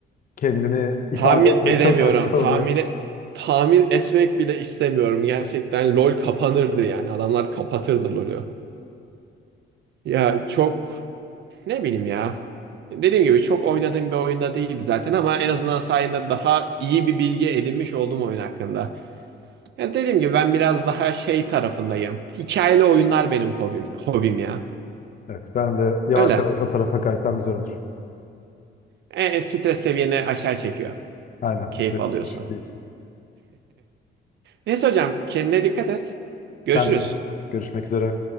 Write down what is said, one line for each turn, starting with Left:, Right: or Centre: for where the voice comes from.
Left: kendini ifade
Right: Tahmin
Left: etmek
Right: edemiyorum.
Left: çok başka
Right: Tahmin
Left: oluyor.
Right: tahmin etmek bile istemiyorum. Gerçekten LoL kapanırdı yani. Adamlar kapatırdı LoL'ü. Ya çok ne bileyim ya. Dediğim gibi çok oynadığım bir oyunda değildi zaten ama en azından sayende daha iyi bir bilgi edinmiş oldum oyun hakkında. Ya dediğim gibi ben biraz daha şey tarafındayım. Hikayeli oyunlar benim hobim, hobim ya.
Left: Evet ben de yavaş
Right: Öyle.
Left: yavaş o tarafa kaysam güzel olur.
Right: E, e, stres seviyeni aşağı çekiyor.
Left: Aynen
Right: Keyif
Left: stres
Right: alıyorsun.
Left: düşüklüğü için.
Right: Neyse hocam kendine dikkat et.
Left: Sen
Right: Görüşürüz.
Left: de görüşmek üzere.